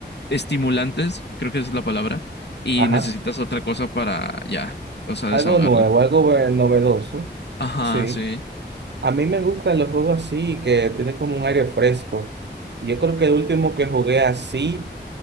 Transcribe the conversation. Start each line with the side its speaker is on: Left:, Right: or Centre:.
Left: estimulantes, creo que esa es la palabra, y
Right: Ajá.
Left: necesitas otra cosa para ya, o sea,
Right: Algo
Left: desahogarla.
Right: nuevo, algo eh, novedoso.
Left: Ajá,
Right: Sí.
Left: sí.
Right: A mí me gustan los juegos así, que tienen como un aire fresco. Yo creo que el último que jugué así